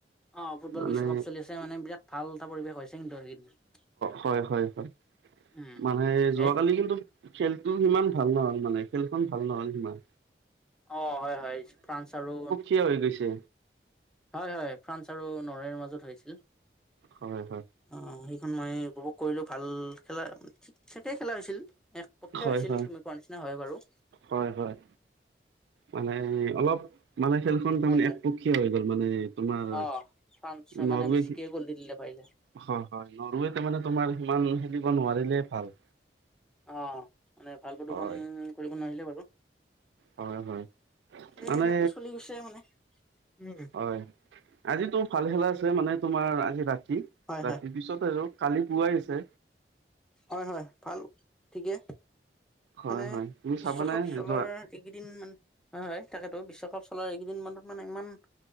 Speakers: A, in the centre; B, on the right (about 80°).
A: অ' ফুটবল
B: মানে
A: বিশ্বকাপ চলি আছে মানে বিৰাট ভাল এটা পৰিৱেশ হৈছে কিন্তু <unintelligible>
B: হয় হয় হয়,
A: উম
B: মানে
A: তাকে
B: যোৱাকালি কিন্তু খেলটো সিমান ভাল নহল মানে, খেলখন ভাল নহল সিমান।
A: অ' হয় হয়, ফ্ৰান্স আৰু
B: কিয় হয় গৈছে?
A: হয় হয়, ফ্ৰান্স আৰু নৰিয়াৰ মাজত হৈছিল।
B: হয় হয়
A: অ' সেইখন মই উপভোগ কৰিলো, ভাল খেলা ঠিক ঠাকে খেলা হৈছিল। একপক্ষে
B: হয়
A: হৈছিল
B: হয়
A: তুমি কোৱা নিচিনা হয় বাৰু।
B: হয় হয় মানে অলপ মানে খেলখন তাৰমানে
A: হয় হয়
B: একপক্ষীয় হৈ গ'ল মানে। তোমাৰ
A: অ' ফ্ৰান্সে
B: নৰৱে
A: মানে বেছিকে গল দি দিলে পাৰিলে।
B: হয় হয়, নৰুৱে তাৰ মানে তোমাৰ সিমান খেলিব নোৱাৰিলে ভাল।
A: অ' মানে ভাল প্ৰদষন
B: হয়
A: কৰিব নোৱাৰিলে বাৰু।
B: হয় হয়
A: এ
B: মানে
A: এনেকে চলি গৈছে মানে, উম।
B: হয় আজিতো ভাল খেলা আছে, মানে তোমাৰ আজি ৰাতি
A: হয়
B: ৰাতিৰ
A: হয়
B: পিছত আৰু কালি পুৱাই আছে।
A: হয় হয়, ভাল ঠিকে।
B: হয়
A: মানে
B: হয় তুমি
A: বিশ্বকাপ
B: চাবানে
A: চলাৰ
B: যোৱা
A: এইকেইদিন মান হয় হয় তাকেতো বিশ্বকাপ চলা এইকেইদিন মানত মানে ইমান